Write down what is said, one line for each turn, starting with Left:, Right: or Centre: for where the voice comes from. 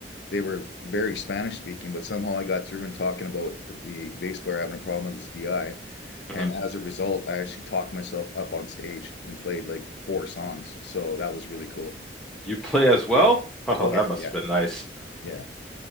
Left: they were very Spanish speaking, but somehow I got through and talking about the bass player having a problem with his DI.
Centre: mhm.
Left: And as a result, I actually talked myself up on stage and played like four songs. So that was really cool.
Centre: You play as well? <laughs> Oh,
Left: Oh,
Centre: that
Left: yeah,
Centre: must
Left: yeah,
Centre: have been nice.
Left: yeah.